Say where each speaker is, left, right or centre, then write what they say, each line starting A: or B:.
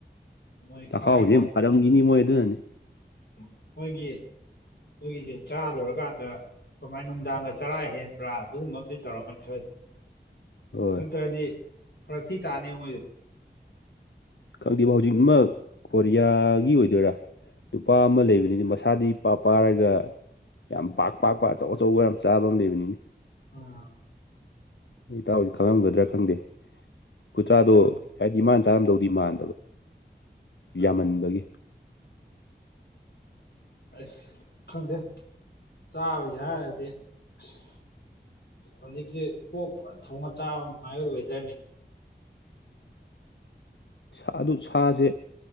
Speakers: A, on the left; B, on the left.
A: ꯃꯣꯏ
B: ꯆꯈꯥꯎꯗꯤ
A: ꯀꯃꯥꯏ
B: ꯐꯔꯝꯒꯤꯅꯤ ꯃꯣꯏ ꯑꯗꯨꯅꯅꯤ꯫
A: ꯎꯝ ꯃꯣꯏꯒꯤ ꯃꯣꯏꯒꯤꯁꯦ ꯆꯥ ꯂꯣꯏꯔꯀꯥꯟꯗ ꯀꯃꯥꯏꯅ ꯅꯨꯡꯗꯥꯡꯒ ꯆꯔꯥ ꯍꯦꯟꯕ꯭ꯔꯥ ꯑꯗꯨꯒꯨꯝꯕ ꯑꯃꯗꯤ ꯇꯧꯔꯝꯒꯅꯤ ꯁꯣꯏꯗꯅ꯫
B: ꯍꯣꯏ
A: ꯅꯠꯇ꯭ꯔꯗꯤ ꯐꯔ ꯊꯤ ꯇꯥꯅꯤꯕ ꯃꯣꯏꯗꯨ꯫
B: ꯈꯪꯗꯦꯕꯣ ꯍꯧꯖꯤꯛ ꯑꯃ ꯀꯣꯔꯤꯌꯥꯒꯤ ꯑꯣꯏꯗꯣꯏꯔꯥ- ꯅꯨꯄꯥ ꯑꯃ ꯂꯩꯕꯅꯤꯅ ꯃꯁꯥꯗꯤ ꯏꯄꯥ ꯄꯥꯔꯒ ꯌꯥꯝ ꯄꯥꯛ ꯄꯥꯛꯄ ꯑꯆꯧ ꯑꯆꯧꯕ ꯌꯥꯝ ꯆꯥꯕ ꯑꯃ ꯂꯩꯕꯅꯤꯅꯦ
A: ꯎꯝ꯫
B: ꯏꯇꯥꯎꯗꯤ ꯈꯪꯉꯝꯒꯗ꯭ꯔꯥ ꯈꯪꯗꯦ ꯈꯨꯆꯥꯗꯣ
A: ꯈꯪꯗꯦ
B: ꯍꯥꯏꯗꯤ ꯃꯥꯅ ꯆꯥꯔꯝꯗꯧꯗꯤ ꯃꯥꯟꯗꯕ
A: ꯑꯥ
B: ꯌꯥꯝꯃꯟꯕꯒꯤ
A: ꯑꯁ ꯈꯪꯗꯦ ꯆꯥꯕ ꯌꯥꯔꯗꯤ ꯑꯁ ꯍꯧꯖꯤꯛꯇꯤ ꯑꯣꯛ ꯐꯥꯖꯟ ꯊꯣꯡꯉ ꯆꯥꯕ ꯅꯨꯡꯉꯥꯏꯕ ꯋꯦꯗꯔꯅꯤꯅꯦ
B: ꯑ ꯑꯗꯨ ꯁꯥꯁꯦ